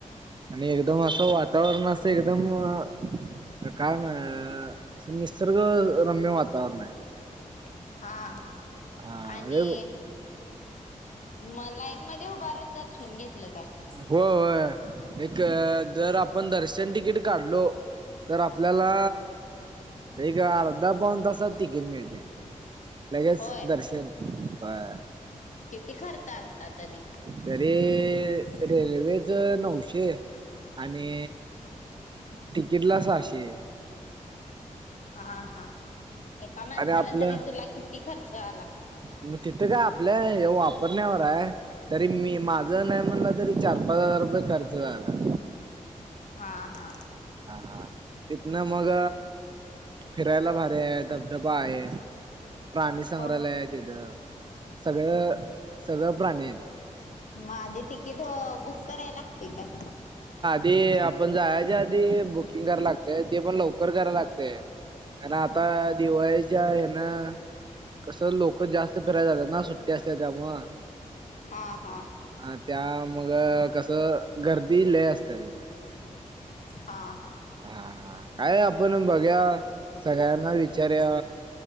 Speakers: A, on the right; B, on the left.
A: आणि एकदम असं वातावरण असं एकदम तर काय मग असं निसर्ग रम्य वातावरण आहे.
B: हा. हा.
A: हा
B: आणि.
A: अरे
B: मग लाईनमध्ये उभारून दर्शन घेतलं काय?
A: हो, होय, एक दर आपण दर्शन तिकीट काढलो, तर आपल्याला एक अर्धा पाऊन तासात तिकीट मिळतंय. लगेच
B: होय
A: दर्शन होय.
B: किती खर्च आलता तरी.
A: तरीे रेल्वेच नऊशे. आणि तिकीटला सहाशे.
B: हा हा. एका माणसाला
A: आणि आपलं
B: तरी तुला किती खर्च आला?
A: मग तिथं काय आपलं हे वापरण्यावर आहे. तरी मी माझं नाय म्हणलं तरी चार-पाच हजार रुपये खर्च झाला.
B: हा हा‌.
A: हा हा. तिथंन मग फिरायला भारी आहे, धबधबा आहे. प्राणी संग्रहालय
B: हो
A: आहे तिथं. सगळं सगळं प्राणी आहेत.
B: मग आधी तिकीट बुक कराय लागती काय?
A: ते आपण जायाच्या आधी बुकिंग करायला लागतंय. ते पण लवकर कराय लागतंय. तर आत्ता दिवाळीच्या हेन कसं लोक जास्त फिराय जात्यात ना, सुट्टी असत्या त्यामूळं.
B: <inaudible> हा हा.
A: हा. त्या मग कसं गर्दी लय असत्या तिथं.
B: हा हा.
A: हा काय आपण बघुया सगळ्यांना विचारूया.